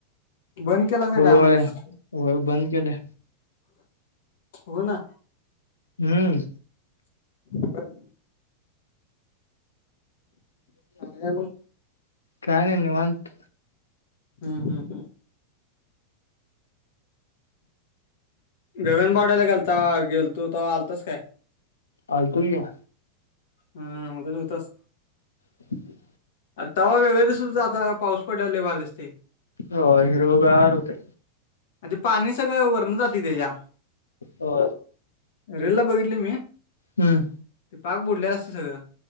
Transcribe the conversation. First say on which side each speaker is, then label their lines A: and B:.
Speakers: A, on the left; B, on the left.
A: बंद. केलासा
B: होय
A: काय म्हणलं फोटोशूट?
B: होय बंद केले
A: हो ना
B: हम्म.
A: बर
B: अ््
A: काय मग?
B: काय नाही निवांत
A: हम् हम्म हम. बेगन बडायला गेलता गेलतो तर आलतोच काय?
B: अजतय आहे.
A: हा होतच होतच
B: हम्
A: तवा वेगळं दिसत होत आता पाऊस पडल्या वर लय भारी दिसते
B: हो हिरोगार होते
A: आण पाणी सगळं वरण जाते त्याच्या
B: हो
A: रेल ला बघितली मी
B: हम्म
A: ते पाग बुडलेला असते सगं